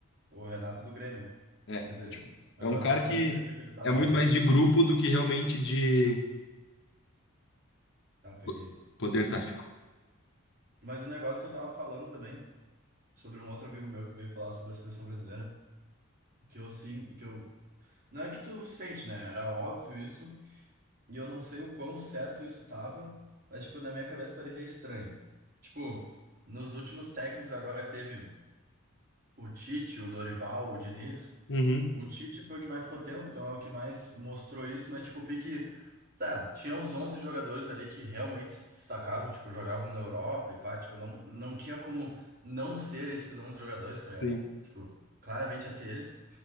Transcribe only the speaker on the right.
o Renato do Grêmio.
Quer dizer,
agora
eu ne-
eu nem sei onde é que ele tá
agora.
Tá, peguei.
Mas o negócio que eu tava falando também, sobre um outro amigo meu que veio falar sobre a seleção brasileira, que eu sim, que eu. Não é que tu sente, né? Era óbvio isso, E eu não sei o quão certo isso tava, mas, tipo, na minha cabeça parecia estranho. Tipo, nos últimos técnicos agora que teve o Tite, o Dorival, o Diniz,
o Tite foi o que mais ficou tempo, então é o que mais mostrou isso, mas, tipo, o pique... Tá, tinha os 11 jogadores ali que realmente se destacavam, tipo, jogavam na Europa e pá, tipo, não, não tinha como não ser esses 11 jogadores, tá ligado?
Tipo, claramente ia ser eles.